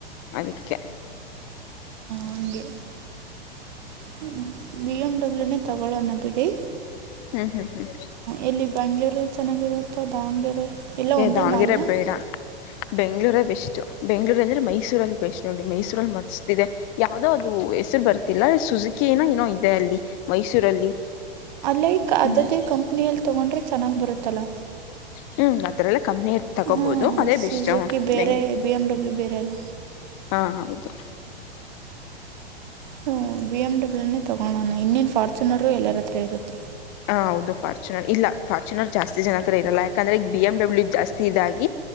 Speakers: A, on the left; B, on the right.
A: ಅದಕ್ಕೆ
B: ಹಗೆ ಹ್ಮ್ ಬಿಎಮಂಡಡಬ್ಲ್ಯೂನೇ ತಗೊೊಳ್ಳೋ ಅನ್ನ ಬಿಿಡಿ
A: ಹ್ಮ್ ಹ್ಮ್ ಹ್ಮ
B: ಇಲ್ಲಿ ಬೆಂಗ್ಳೂರಲ್ಲಿ ಚೆನ್ನಾಗಿರುತ್ತೋ ದಾವಣಗೆರೆ ಎಲ್ಲ ಒಂದೇ
A: ದಾವಣಗೆ
B: ಮಾಲ್ನ
A: ರೆಬ್ಬ ಡ ಬೆಂ್ಳೂರ ಬೆಸ್ು ಬೆಂಗ್ಳೂರು ಅಂದರೆ ಮೈಸೂರಲ್ಲಿ ಬೆಸ್ಟ್ ನೋಡಿರಿ ಮೈಸೂರಲ್ಲಿ ಮಸ್ತ ಇಿದೆ ಯಾವ್ದೋ ಅದು ಹೆಸರು ಬರ್ತಿಲ್ಲ ಸುಜುಕಿನ ಏನೋ ಇದೆ ಅಲ್ಲಿ ಮೈಸೂರಲ್ಲಿ
B: ಲೈಕ್ ಅದ್ದೇ
A: ಹ್ಞೂ
B: ಕಂಪ್ನಿಯಲ್ಲಿ ತೊಗೊಂಡ್ರೆ ಚೆನ್ನಾಗಿ ಬರುತ್ತಲ್ಲ
A: ಹ್ಞೂ ಅ ಥರಲ್ಲ ಕಮ್ಮನಿ ತಗೋಬೋದು
B: ಹಾಂ
A: ಅದೇ
B: ಸುಜುಕಿ
A: ಬೆಸ್ಟು
B: ಬೇರೆ
A: ಬೆಂ
B: ಬಿ ಎಮ್ ಡಬ್ಲ್ಯೂ ಬೇರೆ ಅಲ್ಲ
A: ಹಾ ಹೌದು
B: ಸೊ ಬಿ ಎಂ ಡಬ್ಲ್ೂ ತಗೋಣ ಇನ್ನೇನ್ ಫಾರ್ಚುನರ್ ಎಲ್ಲರ ಹತ್ರ ಇರುತ್ತೆ
A: ಹ ಹೌದು ಫಾರ್ಚುನರ್ ಇಲ್ಲ ಫಾರ್ಚುನರ್ ಜಾಸ್ತಿ ಜನ ಹತ್ರರಲ್ಲ ಯಾಕಂದ್ರೆ ಬಿ ಎಮ ಡಬ್ಲ್ಯ ಜಾಸ್ತಿ ಇದಾಗಿ